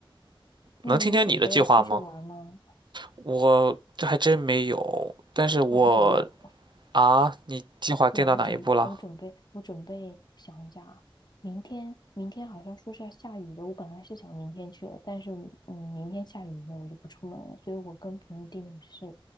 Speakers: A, on the left; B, on the right.
A: 那你有准备要出去玩吗？
B: 能听听你的计划吗？我这还真没有，但是我
A: 哦，那我有，
B: 啊，你计划定到哪一步了？
A: 我来准备，我准备，我准备想一下啊，明天，明天好像说是要下雨的，我本来是想明天去的但是嗯，明天下雨呢，我就不出门了，所以我跟朋友定的是